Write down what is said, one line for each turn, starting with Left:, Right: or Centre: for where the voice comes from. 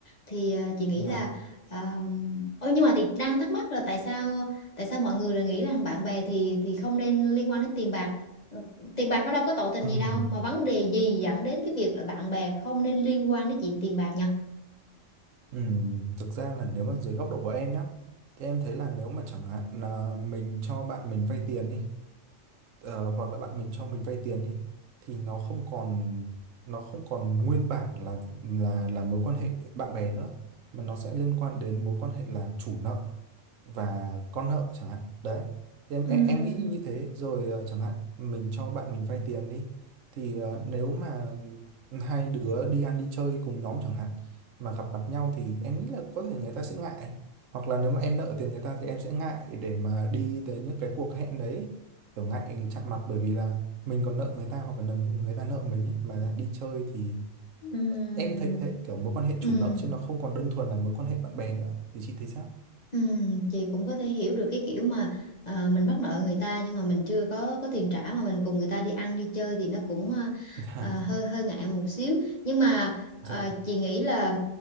Left: Thì ờ, chị nghĩ
Right: dạ.
Left: là um, ôi nhưng mà chị đang thắc mắc là tại sao tại sao mọi người lại nghĩ rằng bạn bè thì thì không nên liên quan đến tiền bạc. Ừ, Tiền bạc nó đâu có tội tình
Right: Ừm,
Left: gì đâu mà vấn đề gì dẫn đến cái việc là bạn bè không nên liên quan đến chuyện tiền bạc nhỉ?
Right: ừm, thực ra là nếu mà dưới góc độ của em nhá, thì em thấy là nếu mà chẳng hạn là mình cho bạn mình vay tiền đi ờ, hoặc là bạn mình cho mình vay tiền đi thì nó không còn nó không còn nguyên bản là là là mối quan hệ bạn bè nữa mà nó sẽ liên quan đến mối quan hệ là chủ nợ và con nợ chẳng hạn đấy Thì em
Left: Ừm,
Right: em, em nghĩ như thế rồi ờ, chẳng hạn mình cho bạn mình vay tiền đi thì ờ, nếu mà hai đứa đi ăn đi chơi cùng nhóm chẳng hạn mà gặp mặt nhau thì em nghĩ là có thể người ta sẽ ngại hoặc là nếu mà em nợ tiền người ta thì em sẽ ngại để mà đi tới những cái cuộc hẹn đấy kiểu ngại chạm mặt bởi vì là mình còn nợ người ta hoặc là người ta nợ mình ấy mà lại đi chơi thì
Left: ừm.
Right: em thấy như thế kiểu mối quan hệ
Left: Ừ.
Right: chủ nợ chứ nó không còn đơn thuần là mối quan hệ bạn bè nữa thì chị thấy sao
Left: Ừm, chị cũng có thể hiểu được cái kiểu mà ờ, mình mắc nợ người ta nhưng mà mình chưa có có tiền trả mà mình cùng người ta đi ăn đi chơi thì nó cũng ờ,
Right: <laughs>
Left: ờ, hơi hơi ngại một xíu nhưng mà ờ,
Right: dạ
Left: chị nghĩ là